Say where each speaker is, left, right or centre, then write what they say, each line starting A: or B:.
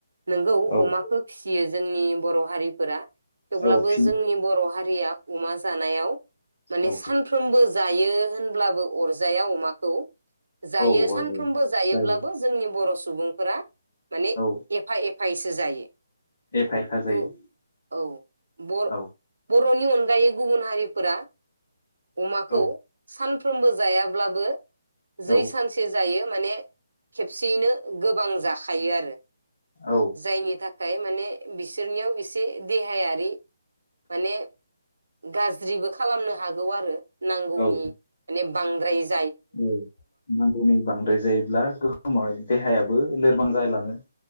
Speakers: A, on the right; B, on the left.
A: नोंगौ
B: औ
A: अमाखौ फिसियो जोंनि बर' हारिफोरा थेवब्लाबो
B: औ फिन
A: जोंनि बर' हारिया अमा जानायाव माने
B: औ
A: सानफ्रोमबो जायो होनब्लाबो अरजाया अमाखौ जायो
B: औ
A: सानफ्रोमबो
B: अरजायो
A: जायोब्लाबो
B: जायो
A: जोंनि बर' सुबुंफोरा माने
B: औ
A: एफा एफायैसो जायो
B: एफा एफा जायो
A: थु औ बर'
B: औ
A: बर'नि अनगायै गुबुन हारिफोरा अमाखौ
B: औ
A: सान फ्रोमबो जायाब्लाबो जै
B: औ
A: सानसे जायो माने खेबसेयैनो गोबां जाखायो आरो
B: औ
A: जायनि थाख थाखाय माने बिसोरनियाव एसे देहायारि माने गाज्रिबो खालामनो हागौ आरो नांगौनि
B: औ
A: <unintelligible> बांद्रायोज
B: औ नांगौनि बांद्राय जायोब्ला गोहोमाव देहायाबो लोरबां जालाङो